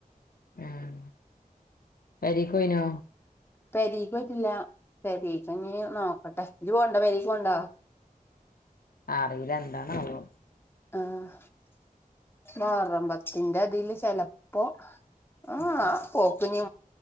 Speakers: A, on the left; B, on the left.
A: ആഹ്. പെരീക്ക് പോയിനോ?
B: പെരിക്ക് പോയിട്ടില്ല പെരിക്ക് ഇഞ് നോക്കട്ടെ ഇജ് പോണ്ടോ പേരിക്ക് പോവൂണ്ടോ?
A: അറീല എന്താണ് അവോ?
B: ആഹ് ഗോതമ്പത്തിന്റെ ഇതില് ചെലപ്പോ ആഹ് പോക്കിഞ്